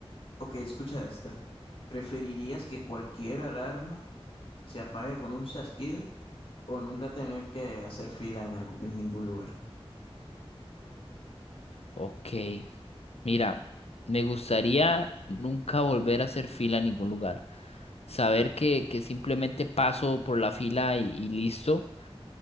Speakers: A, on the left (about 60°); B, on the left (about 80°).
A: ok, escucha esta. ¿Preferirías que cualquier alarma se apague con un chasquido o nunca tener que hacer fila en, algu- en ningún lugar?
B: Ok, mira, me gustaría nunca volver a hacer fila en ningún lugar. Saber que, que simplemente paso por la fila y, y listo.